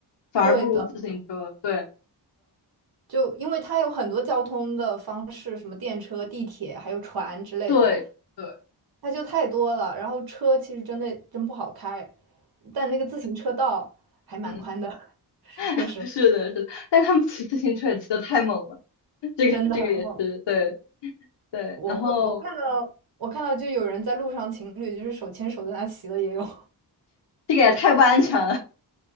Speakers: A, on the left; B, on the right.
A: 反而不如自行车。
B: 对的，
A: 对
B: 就因为它有很多交通的方式，什么电车、地铁，还有船之类的，
A: 对对，
B: 它就太多了。然后车其实真的真不好开，但那个自行车道还蛮宽的，
A: 嗯，
B: <laughs> 说实话，
A: <laughs> 是的，是的。但是他们骑自行车也骑的太猛了，这个这个也是对
B: 真的很猛。
A: 对。
B: 我会我看到我看到就有人在路上情侣就是手牵手在那骑的也有，
A: 然后这个也太不安全了，